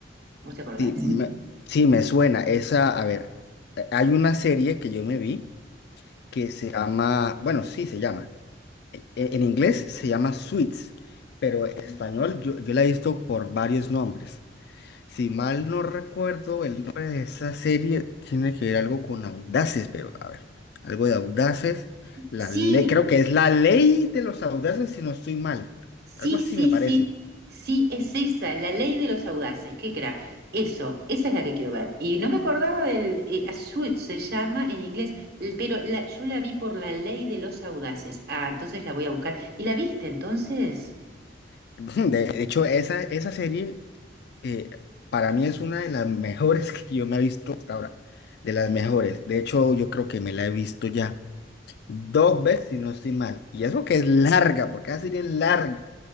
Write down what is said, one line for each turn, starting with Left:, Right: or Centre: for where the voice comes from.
Right: ¿Vos te acordás?
Left: Sí, me, sí, me suena. Esa, a ver, eh, hay una serie que yo me vi que se llama, bueno, sí, se llama. e- e- En inglés se llama Suits, pero en español yo, yo la he visto por varios nombres. Si mal no recuerdo, el nombre de esa serie tiene que ver algo con audaces, pero a ver, algo de audaces. La
Right: Sí,
Left: ley, creo que es la ley de los audaces, si no estoy mal.
Right: Sí,
Left: Algo así
Right: sí,
Left: me parece.
Right: sí, sí, es esa, la ley de los audaces, qué crack. Eso, esa es la que quiero ver. Y no me acordaba del, eh, A Suit se llama en inglés, l- pero la- yo la vi por la ley de los audaces. Ah, entonces la voy a buscar. ¿Y la viste entonces?
Left: <laughs> De hecho, esa, esa serie eh, para mí es una de las mejores que yo me he visto hasta ahora. De las mejores. De hecho, yo creo que me la he visto ya dos veces, si no estoy mal. Y eso que es larga, porque esa serie es larga.